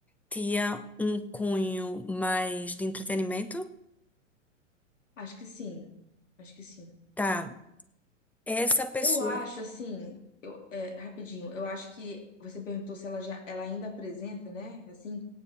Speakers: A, in the centre; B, on the left.
A: tinha um cunho mais de entretenimento?
B: Acho que sim, acho que sim.
A: Tá. Essa pessoa
B: Eu acho, assim, eu, é, rapidinho, eu acho que você perguntou se ela já, ela ainda apresenta, né? Assim,